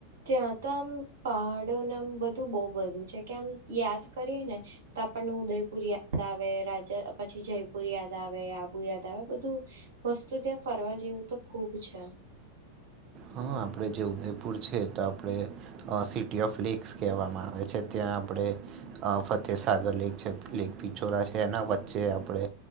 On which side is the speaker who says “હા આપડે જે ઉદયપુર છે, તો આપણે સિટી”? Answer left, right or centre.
Right